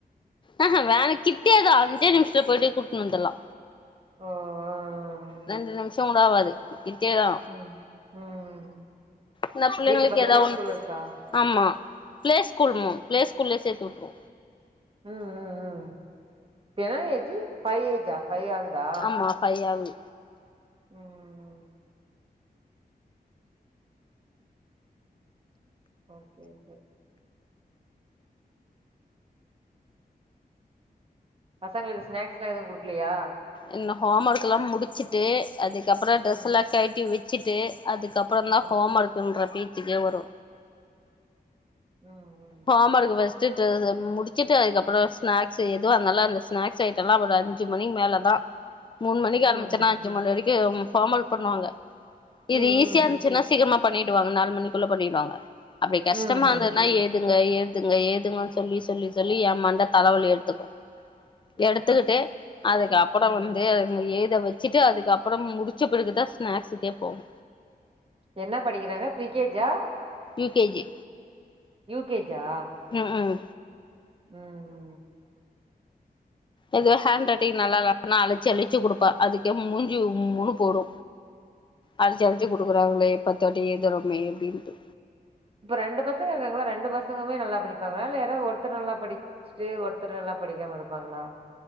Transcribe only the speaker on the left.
ஆஹா வேனு கிட்யேதா அஞ்சே நிம்ஷ்ல போய்ட்டு கூட்னு வந்துர்லா
ரெண்டு நிம்ஷோ வுட ஆவாது கிட்டேதா
இந பிள்ளைங்களுக்
ஏதா ஒண்ணுத்து
ஆமா ப்ளே ஸ்கூல் மு ப்ளே ஸ்கூல்லே சேத் வுட்ரு
ஆமா ஃபை ஆகு
இன்னு ஹோமர்க்குல்லா முடிச்சிட்டு அதுக்கப்பறா ட்ரெஸ்
எல்லா கழட்டி விச்சுட்டு அதுக்கப் ப்பறந்தா
ஹோமர்க்குன்ற பீச்சுக்கே வரு
ஹாமர்க்‌கு ஃபஸ் த்துட்டு தம் முடிச்சிட்டு அதுக்கப்பறோ ஸ்நாக்ஸு எதோ அன்னால அந்த ஸ்நாக்ஸ் ஐட்டல்லா ஒர் அஞ்சி மணிங் மேல தா மூண் மணிக்கு
ஆரம்பிச்சேன்னா அஞ்சு மணி வரைக்கி உம் ஃபாமல் பண்ணுவாங்க
இது ஈஸியா இருந்ச்சின்னா சீக்கிர்மா பண்ணிடுவாங்க நாலு மணிக்குள்ள பண்ணிடுவாங்க அப்டி கஷ்டமா
இந்ததுனா ஏத் இங்க எழ்துங்க ஏதுங்க சொல்லி சொல்லி சொல்லி ய மண்ட தலவலி எடுத்துக்கு எடத்துக்குட்டு அதுக்கப்பறோ
வந்து அதுங்கு ஏத வை ச்சிட்டு அதுக்கப்பறம் முடிச்சு பிறகு தா ஸ்நாக்ஸ்க்கே போம்
யூ கேஜி
ம் ஹு
எதா ஹேண்ட் ரட்டிங் நல்லாஇல்ல னா அலச்சி அலிச்சு குடுப்பா அதுக்கே மூஞ்சி உம்முன்னு போடு அல்ச்சி அல்ச்சி குடுக்குறாங்ளே பத்தொட்டி எதுறுமே அப்டின்ட்டு